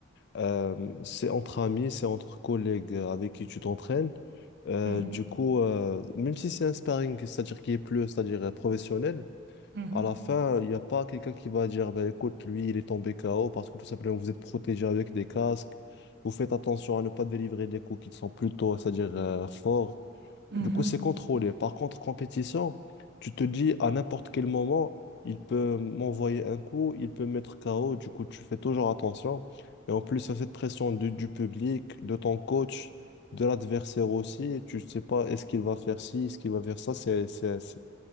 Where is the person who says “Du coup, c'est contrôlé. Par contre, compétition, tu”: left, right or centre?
Left